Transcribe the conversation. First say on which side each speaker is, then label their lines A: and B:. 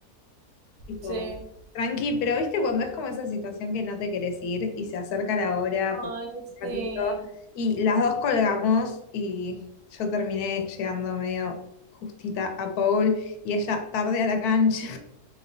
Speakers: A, on the left; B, on the right.
A: tipo,
B: Sí.
A: tranqui, pero viste cuando es como esa situación que no te querés ir y se acerca la hora
B: Ay,
A: por
B: sí.
A: un ratito, y las dos colgamos y yo terminé llegando medio justita a Paul y ella tarde a la cancha.